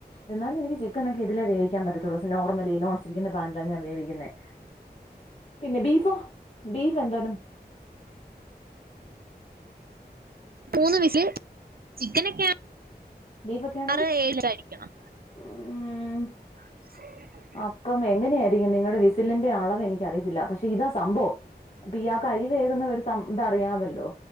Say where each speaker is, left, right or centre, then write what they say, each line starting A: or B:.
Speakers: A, on the left; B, on the right.
A: എന്നാലും എനിക്ക് ചിക്കനോക്കെ ഇതിലെ വേവിക്കാൻ പറ്റത്തുള്ളൂ നോർലി ഇ നോൺസ്റ്റിക്കിന്റെ പാനിലാണ് ഞാൻ വേവിക്കുന്നത് പിന്നെ ബീഫോ ബീഫ് എന്തോരം
B: മൂന്ന് വിസില് ചിക്കനൊക്കെ
A: ബീഫൊക്കെ ആണെങ്കിൽ
B: ആറ് ഏഴ് അ <inaudible>
A: ഉം
B: അ <unintelligible>
A: അപ്പം എങ്ങനെയായിരിക്കും നിങ്ങളുടെ വിസിലിന്റെ അളവ് എനിക്കറിയത്തില്ല പക്ഷെ ഇതാ സംഭവം അപ്പൊ ഇയാൾക്ക് അരി വേകുന്ന ഒരു ഇത്‌ അറിയാമല്ലോ